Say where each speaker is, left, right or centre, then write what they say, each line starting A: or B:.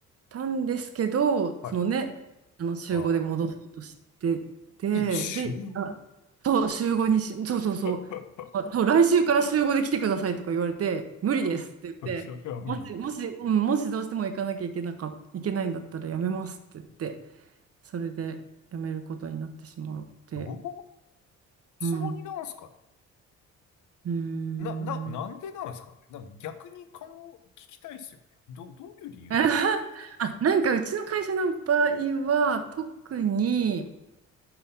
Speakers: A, on the right; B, on the left.
A: たんですけど、
B: はい。
A: そのね、あの週5で戻そうとしてて、
B: ああ、え、週ご
A: で、あ、そう、週5にし、そうそうそう、
B: <laughs>
A: あそう、来週から週合で来てくださいとか言われて、無理ですって言って、
B: ああ、それは無理だ。
A: もし、もし、うん、もしどうしても行かなきゃいけなか、いけないんだったらやめますって言って。それで辞めることになってしまって、
B: どういうつもりなんすかね
A: うん。うー
B: な、な、なんでなんですかね。
A: ん。
B: なんか逆に顔を聞きたいですよね。ど、どういう理由なんですかね。
A: <laughs> あ、なんかうちの会社の場合は、特に、